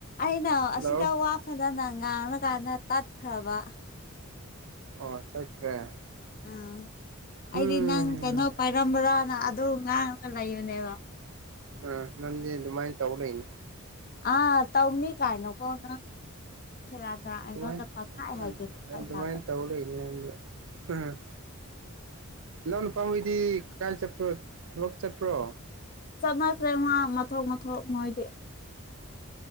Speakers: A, on the left (about 40°); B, on the right (about 65°).
A: ꯑꯩꯅ
B: ꯍꯜꯂꯣ
A: ꯑꯁꯤꯗ ꯋꯥ ꯐꯖꯅ ꯉꯥꯡꯔꯀꯥꯟꯗ ꯇꯠꯈ꯭ꯔꯕ
B: ꯑꯣ ꯇꯠꯈ꯭ꯔꯦ
A: ꯑꯥ
B: ꯎꯝ
A: ꯑꯩꯗꯤ ꯅꯪ ꯀꯩꯅꯣ ꯄꯥꯏꯔꯝꯕ꯭ꯔꯥꯅ ꯑꯗꯨ ꯉꯥꯡꯉꯒ ꯂꯩꯕꯅꯦꯕ
B: ꯑ ꯅꯪꯗꯤ ꯑꯗꯨꯃꯥꯏꯅ ꯇꯧ ꯂꯩꯅꯤ
A: ꯑꯥ ꯇꯧꯅꯤ ꯀꯥꯏ ꯅ ꯀꯣ ꯅꯪ <unintelligible>
B: ꯑꯗꯨꯃꯥꯏ
A: ꯄꯪꯍꯥꯏ ꯍꯥꯏꯖꯤꯜꯂ
B: ꯑ
A: ꯐꯠ
B: ꯑꯗꯨꯃꯥꯏꯟ
A: ꯂꯥꯎꯒꯅꯤ
B: ꯇꯧ ꯂꯩ ꯅꯪꯗꯤ ꯎꯝ ꯅ ꯅꯄꯥꯍꯣꯏꯗꯤ ꯀꯥꯏ ꯆꯠꯄ꯭ꯔꯣ ꯊꯕꯛ ꯆꯠꯄ꯭ꯔꯣ
A: ꯆꯠꯅꯈ꯭ꯔꯦ ꯃꯥ ꯃꯊꯣꯛ ꯃꯊꯣꯛ ꯃꯣꯏꯗꯤ